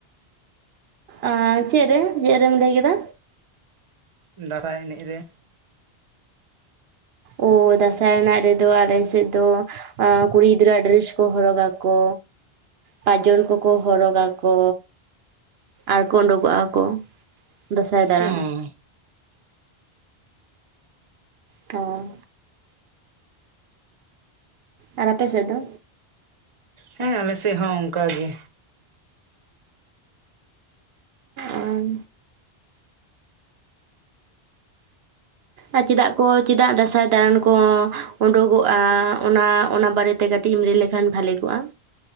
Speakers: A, on the right; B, on the right.
A: ᱟᱸ ᱪᱮᱜ ᱨᱮ, ᱪᱮᱫ ᱨᱮᱢ ᱞᱟᱹᱭ ᱠᱮᱫᱟ?
B: 'ᱫᱟᱨᱟᱭ' ᱮᱱᱮᱡ ᱨᱮ᱾
A: ᱚ 'ᱫᱟᱥᱟᱭᱱᱟᱜ' ᱨᱮᱫᱚ ᱟᱞᱮ ᱥᱮᱜ ᱫᱚ ᱟᱸ ᱠᱩᱲᱤ ᱜᱤᱫᱽᱨᱟᱹᱣᱟᱜ ᱰᱨᱮᱥ ᱠᱚ ᱦᱚᱨᱚᱜᱟ ᱠᱚ᱾ ᱯᱟᱡᱚᱱ ᱠᱚᱠᱚ ᱦᱚᱨᱚᱜᱟ ᱠᱚ ᱟᱨᱠᱚ ᱚᱰᱳᱜᱚᱸᱜᱼᱟ ᱠᱚ᱾ 'ᱫᱚᱥᱟᱭ ᱫᱟᱲᱟᱱ'᱾
B: ᱦᱮᱸ
A: ᱛᱚᱸ᱾ ᱟᱨ ᱟᱯᱮ ᱥᱮᱜ ᱫᱚ?
B: ᱦᱮᱸᱻ, ᱟᱞᱮ ᱥᱮᱜ ᱦᱚᱸ ᱚᱝᱠᱟ ᱜᱮ᱾
A: ᱟᱝ ᱟ ᱪᱮᱫᱟᱜ ᱠᱚ ᱪᱮᱫᱟᱜ 'ᱫᱟᱥᱟᱭ' ᱫᱟᱲᱟᱱ ᱠᱚᱸ ᱚᱸᱰᱳᱜᱚᱜᱼᱟ? ᱚᱱᱟ, ᱚᱱᱟ ᱵᱟᱨᱮᱛᱮ ᱠᱟᱹ- ᱴᱤᱢ ᱞᱟᱹ ᱞᱮᱠᱷᱟᱱ ᱵᱷᱟᱞᱮ ᱠᱚᱜᱼᱟᱸ᱾